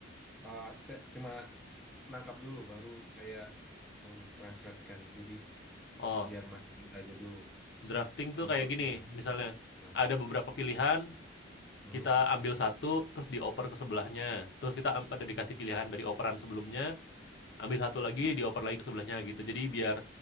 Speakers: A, in the centre; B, on the left (about 55°).
A: Eh, saya cuma nangkap dulu baru saya mentranslatekan. Jadi
B: Oh,
A: s- biar Mas cerita aja dulu.
B: drafting
A: S-
B: tuh
A: Menarik.
B: kayak gini,
A: Nah.
B: misalnya
A: nah.
B: ada beberapa pilihan,
A: Hmm.
B: kita ambil satu terus dioper ke sebelahnya. Terus kita am- ada dikasih pilihan dari operan sebelumnya, ambil satu lagi dioper lagi ke sebelahnya gitu. Jadi biar